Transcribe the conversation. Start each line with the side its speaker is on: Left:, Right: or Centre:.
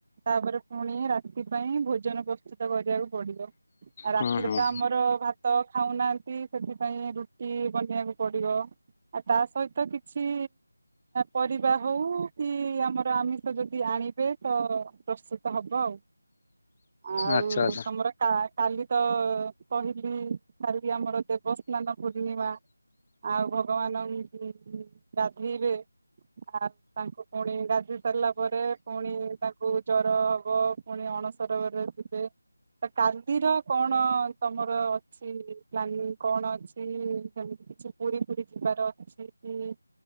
Right: ତାପରେ ପୁଣି ରାତି ପାଇଁ ଭୋଜନ ପ୍ରସ୍ତୁ ସ୍ତୁତ କରିବାକୁ ପଡିବ ଆଉ
Left: ହୁଁ
Right: ରାତିରେ
Left: ହୁଁ।
Right: ତ ଆମର ଭାତ ତ ଖାଉନାହାନ୍ତି ସେଥିପାଇଁ ରୁଟି ବନେଇବାକୁ ପଡିବ। ଆଉ ତା ସହିତ କିଛି ପରିବା ହୋଉ କି ଆମର ଆମିଷ ଯଦି ଆଣିବେ ତ ପ୍ରସ୍ତୁତ ହବ ଆଉ। ଆଉ
Left: ଆଚ୍ଛା ଆଚ୍ଛା
Right: ତମର ଆ କାଲି ତ କହିଲି କାଲି ଆମର ଦେବସ୍ନାନ ପୂର୍ଣିମା। ଆଉ ଭଗବାନଙ୍କୁ ଗାଧେଇବେ ଆ ତାଙ୍କୁ ପୁଣି ଗାଧେଇ ସାରିଲା ପରେ ପୁଣି ତାଙ୍କୁ ଜର ହବ ପୁଣି ଅଣସର ଘରେ ଥିବେ। ତ କାଲିର କଣ ତମର ଅଛି ପ୍ଲାନିଂ କଣ ଅଛି। ସେମିତି କିଛି ପୁରୀ ଫୁରୀ ଯିବାର ଅଛି କି?